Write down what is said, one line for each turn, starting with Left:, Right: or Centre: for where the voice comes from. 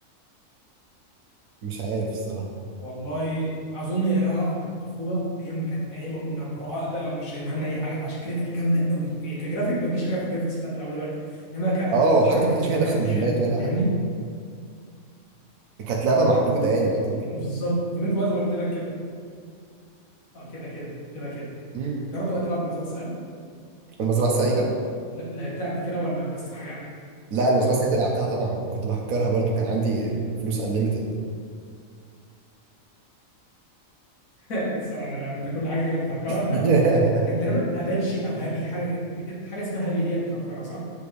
Right: مش عارف الصراحة
Left: والله اظن هي لها علاقه بالطفوله ايام ما كانت ايام ما كنا براء بقى ومش شايلين هم اي حاجه فعشان كده كانت جامده قوي إيه كجرافيك ما تجيش حاجه في الجرافيكس بتاعت الالعاب دلوقتي انما كفكرك
Right: اه وحتى ما
Left: كذكريات
Right: كانش فيها نفس المهمات
Left: حلوه
Right: ولا
Left: فاهمني
Right: حاجة كانت لعبة محدودة يعني يعتبر
Left: بالظبط طب انت بقى زي ما قلت لك كده اه كده كده كده كده
Right: مم.
Left: جربت بقى تلعب المزرعه السعيده؟
Right: المزرعة السعيدة
Left: لا لعبتها قبل كده ولا بس حاجه عنها؟
Right: لا المزرعة
Left: اه
Right: السعيدة لعبتها طبعا وكنت بهكرها برضو كان عندي فلوس انليمتد
Left: <laughs> تسأل على الألعاب، انت كل حاجه كده بتهكرها
Right: <laughs>
Left: <laughs> كانت تقريبا اباتشي او هابي حاجه حاجه اسمها هابي هي اللي بتهكرها صح؟